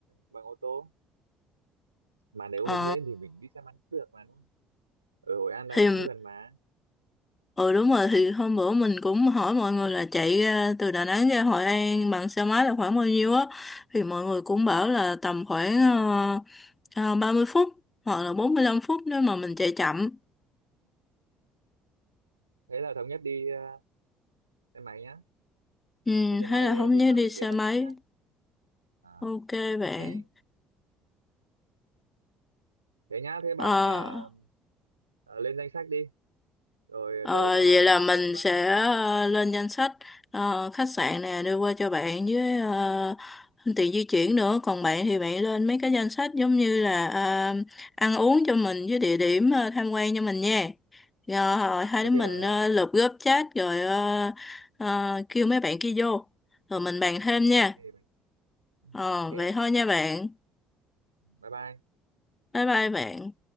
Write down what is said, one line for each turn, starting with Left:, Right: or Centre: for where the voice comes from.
Right: bằng ô tô mà nếu
Left: Ờ
Right: hứng lên thì mình đi xe máy cũng được mà đúng không ở Hội An Đà
Left: thì
Right: Nẵng cũng gần mà
Left: Ừ đúng rồi thì hôm bữa mình cũng hỏi mọi người là chạy ra từ Đà Nẵng ra Hội An bằng xe máy là khoảng bao nhiêu á thì mọi người cũng bảo là tầm khoảng ờ, ờ, 30 phút hoặc là 45 phút nếu mà mình chạy chậm
Right: thế là thống nhất đi ờ, xe máy nhá
Left: ừ,
Right: đi xe
Left: hay
Right: máy
Left: là không
Right: khi
Left: nhớ
Right: mà
Left: đi
Right: mình
Left: xe
Right: đến Đà
Left: máy
Right: Nẵng nhá à
Left: ok
Right: ok
Left: bạn
Right: thế nhá thế
Left: Ờ
Right: bạn ờ, ờ, lên danh sách đi rồi
Left: Ờ,
Right: tớ có
Left: vậy
Right: hai người
Left: là
Right: bạn
Left: mình
Right: rồi bạn
Left: sẽ
Right: cũng
Left: ờ,
Right: ờ,
Left: lên danh sách ờ, khách sạn nè đưa qua cho bạn với ờ, tiền di chuyển nữa. Còn bạn thì bạn lên mấy cái danh sách giống như là ờ, ăn uống cho mình với địa điểm ờ, tham quan cho mình nha. Rồi ờ, hai
Right: ok
Left: đứa mình
Right: bạn ơi
Left: ờ, lập group chat rồi ờ, ờ, kêu mấy bạn kia vô. Rồi mình bàn thêm nha.
Right: ok bạn. Ừ,
Left: Ờ,
Right: ok
Left: vậy thôi nha bạn.
Right: bye bye
Left: Bye bye bạn.